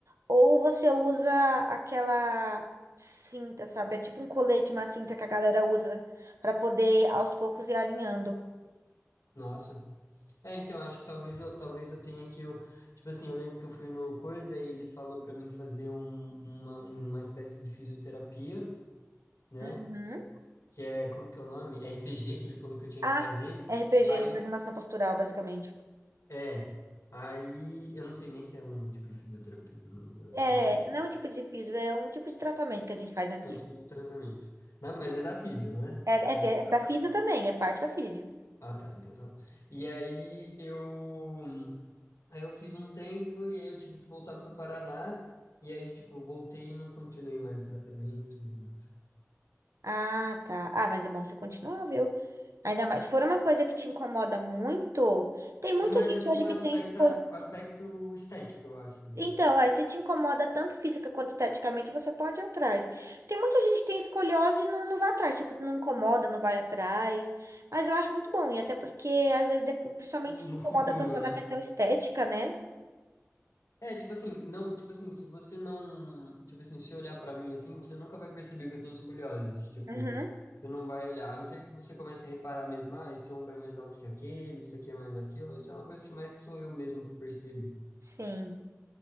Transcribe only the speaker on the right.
ou você usa aquela cinta, sabe? É tipo um colete, uma cinta que a galera usa para poder aos poucos ir alinhando.
Uhum.
Ah,
RPG,
reprogramação postural, basicamente.
É,
não é um tipo de físio, é um tipo de tratamento que a gente faz na físio.
É,
é, fi- é
da físio também, é parte da físio.
Ah, tá. Ah, mas é bom você continuar, viu? Ainda mais, se for uma coisa que te incomoda muito, tem muita
gente
hoje
que
tem escolha.
Então, é, se te incomoda tanto física quanto esteticamente, você pode ir atrás. Tem muita gente que tem escoliose e não, não vai atrás, tipo, não incomoda, não vai atrás. Mas eu acho muito bom, e até porque, às vezes, de- principalmente
se incomoda
a pessoa
na questão estética, né?
Uhum.
Sim.